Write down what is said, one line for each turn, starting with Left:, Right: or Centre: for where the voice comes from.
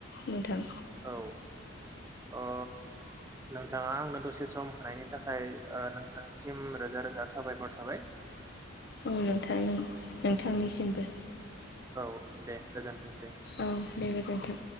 Left: नोंथां।
Right: औ अ नोंथाङा आंनो दसे सम होनायनि थाखाय ओ नोंथांनिसिम रोजा रोजा साबायखर थाबाय।
Left: औ नोंथां नोंथांनिसिमबो
Right: औ दे गोजोनथों
Left: औ दे गोजोनथों